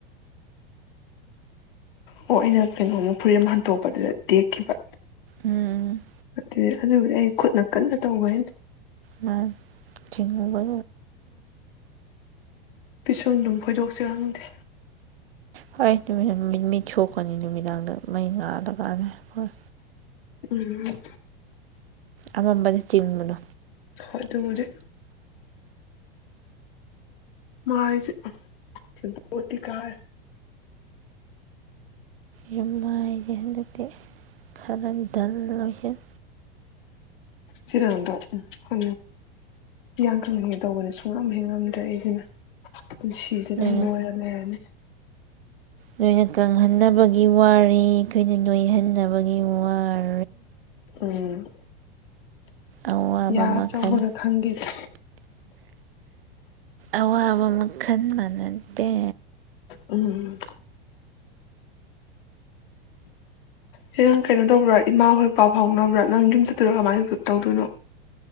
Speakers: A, on the left; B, on the right.
A: ꯑꯣ ꯑꯩꯅ ꯀꯩꯅꯣꯃ ꯐꯨꯔꯤꯠ ꯑꯃ ꯍꯟꯗꯣꯛꯄꯗꯨꯗ ꯇꯦꯛꯈꯤꯕ
B: ꯎꯝ
A: ꯑꯗꯨ ꯑꯗꯨꯕꯨꯗꯤ ꯑꯩ ꯈꯨꯠꯅ ꯀꯟꯅ ꯇꯧꯕꯩꯅꯤ
B: ꯃꯥ ꯆꯤꯡꯉꯒ
A: ꯄꯤꯁꯨꯝꯗꯨꯝ ꯈꯣꯏꯗꯣꯛꯁꯤꯔ ꯈꯪꯗꯦ
B: ꯍꯣꯏ ꯅꯨ ꯅꯨꯃꯤꯠ ꯃꯤ ꯊꯣꯛꯣꯛꯀꯅꯤ ꯅꯨꯃꯤꯗꯥꯡꯗ ꯃꯩ ꯉꯥꯜꯂꯀꯥꯟꯗ ꯍꯣꯏ
A: ꯎꯝ
B: ꯑꯃꯝꯕꯅ ꯆꯤꯡꯕꯅꯣ
A: ꯍꯣꯏꯗꯨꯕꯨꯗꯤ ꯃꯥꯏꯁꯦ ꯁꯦꯝꯀꯣꯠꯇꯤꯀꯔꯅꯤ
B: ꯌꯨꯝ ꯃꯥꯏꯗꯤ ꯍꯟꯗꯛꯇꯤ ꯈꯔ ꯗꯜ ꯂꯣꯏꯁꯤꯡ
A: ꯆꯦꯅꯥꯎꯗꯣ ꯎ ꯌꯥꯡ ꯀꯪ ꯍꯟꯉꯦ ꯇꯧꯕꯅꯤ ꯁꯨꯡꯉꯝ ꯍꯦꯉꯝꯗ꯭ꯔꯦ ꯑꯩꯁꯤꯅ ꯄꯨꯟꯁꯤꯁꯦ ꯑꯗꯨꯝ
B: ꯅꯣꯏꯅ
A: ꯅꯣꯏꯔ ꯂꯩꯔꯅꯤ
B: ꯅꯣꯏꯅ ꯀꯪꯍꯟꯅꯕꯒꯤ ꯋꯥꯔꯤ ꯑꯩꯈꯣꯏꯅ ꯅꯣꯏꯍꯟꯅꯕꯒꯤ ꯋꯥꯔꯤ
A: ꯎꯝ
B: ꯑꯋꯥꯕ
A: ꯌꯥ
B: ꯃꯈꯜ
A: ꯑꯆꯧꯕꯒ ꯈꯪꯗꯦꯗ
B: ꯑꯋꯥꯕ ꯃꯈꯜ ꯃꯥꯟꯅꯗꯦ
A: ꯎꯝ ꯍ ꯅꯪ ꯀꯩꯅꯣ ꯇꯧꯕ꯭ꯔꯥ ꯏꯃꯥ ꯍꯣꯏ ꯄꯥꯎ ꯐꯥꯎꯅꯕ꯭ꯔꯥ ꯅꯪ ꯌꯨꯝ ꯆꯠꯇꯣꯔ ꯀꯃꯥꯏꯅ ꯇꯧꯗꯣꯏꯅꯣ